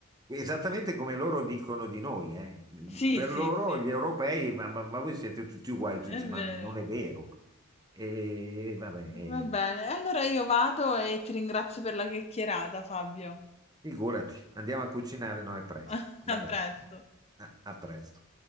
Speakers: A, on the right; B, on the left.
A: Esattamente come loro dicono di noi, eh.
B: Sì,
A: Per
B: sì,
A: loro
B: sì,
A: gli europei, ma, ma- ma voi siete tutti uguali, tu dici,
B: è vero.
A: ma non è vero. E vabbè, e-
B: Va bene, allora io vado e ti ringrazio per la chiacchierata, Fabio.
A: figurati, andiamo a cucinare, no, è presto.
B: <laughs>
A: Dai,
B: A presto.
A: a a presto.